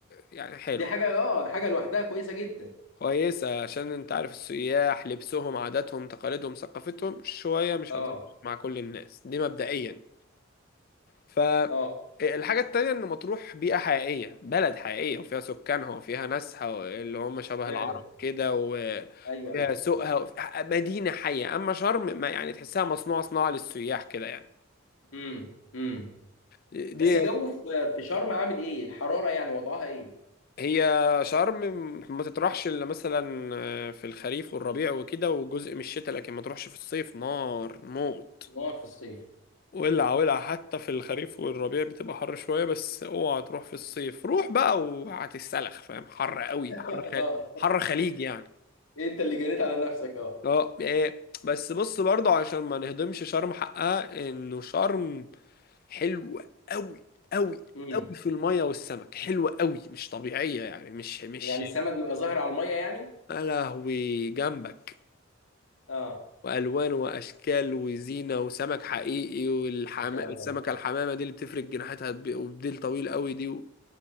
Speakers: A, on the left; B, on the left.
A: يعني حلوه
B: دي حاجه اه حاجه لوحدها كويسه جدا
A: كويسه عشان انت عارف السياح لبسهم عاداتهم تقاليدهم ثقافتهم شويه مش
B: اه
A: هتظبط مع كل الناس دي مبدئيا فالحاجة
B: اه
A: التانية إن مطروح بيئة حقيقية بلد حقيقية وفيها سكانها وفيها ناسها اللي هم شبه
B: فعلا
A: العرب كده وفيها
B: ايوه ايوه
A: سوقها وف- مدينة حية أما شرم ما يعني تحسها مصنوعة صناعة للسياح كده يعني
B: امم امم
A: دي
B: بس جو في في شرم عامل ايه الحراره يعني وضعها ايه
A: هي شرم ما تطرحش إلا مثلا آه، في الخريف والربيع وكده وجزء من الشتاء لكن ما تروحش في الصيف نار موت
B: نار في الصيف
A: ولع ولع حتى في الخريف والربيع بتبقى حر شوية بس اوعى تروح في الصيف روح بقى وهتتسلخ فاهم حر قوي حر
B: اه
A: خ... حر خليج يعني
B: انت اللي جريت على نفسك اه
A: اه إيه. بس بص برضه عشان ما نهضمش شرم حقها انه شرم حلوة قوي قوي
B: امم
A: قوي في المية والسمك حلوة قوي مش طبيعية يعني مش مش
B: يعني السمك بيبقى ظاهر على الميه يعني
A: يا لهوي جنبك
B: اه
A: والوان واشكال وزينه وسمك حقيقي والحما...
B: ان شاء
A: السمكه
B: الله
A: الحمامه دي اللي بتفرق جناحاتها وب- وبديل طويل قوي دي